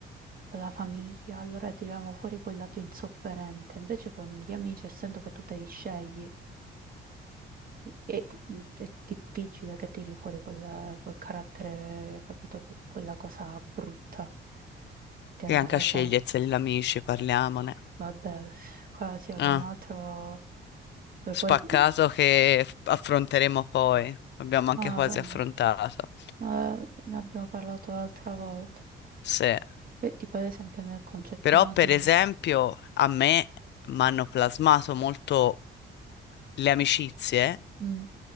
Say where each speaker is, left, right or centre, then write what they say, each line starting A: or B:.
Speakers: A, on the right; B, on the left.
A: con la famiglia, allora tiriamo fuori quel lato insofferente. Invece con gli amici, essendo che tu te li scegli, è, è difficile che tiri fuori quella- quel carattere, capito? Que- Quella cosa brutta di
B: E
A: andare
B: anche a sceglierseli
A: con...
B: gli amici, parliamone.
A: Vabbè, qua si apre
B: Ah.
A: un altro... Beh,
B: spaccato
A: poi...
B: che f- affronteremo poi. Abbiamo
A: No,
B: anche quasi
A: vabbè.
B: affrontato.
A: No, ne abbiamo parlato l'altra volta.
B: Sì.
A: E tipo ad esempio nel concetto
B: Però,
A: no di...
B: per esempio, a me mi hanno plasmato molto le amicizie,
A: Mm,